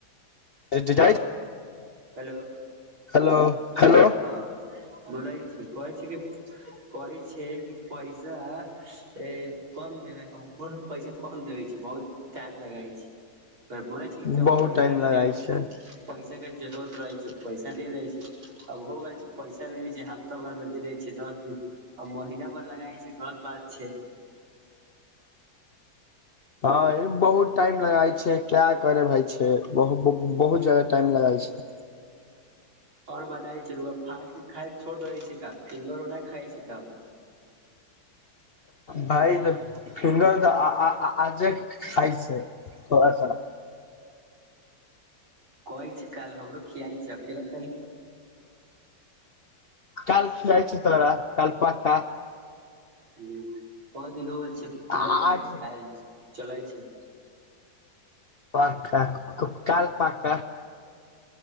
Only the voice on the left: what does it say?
जाइ
हेलो हेलो
<inaudible>
बहुत
टाइम
लगाइ छै
ह बहुत टाइम लगाय छै क्या करे भाय छै बहुत जदा टाइम लगाय छै
भाइ तऽ फिंगर तऽ अ-अ-आजे खाई छै थोड़ा थोड़ा
काइल खियाइ छी तोरा कल पक्का
आज
पक्का काइल पक्का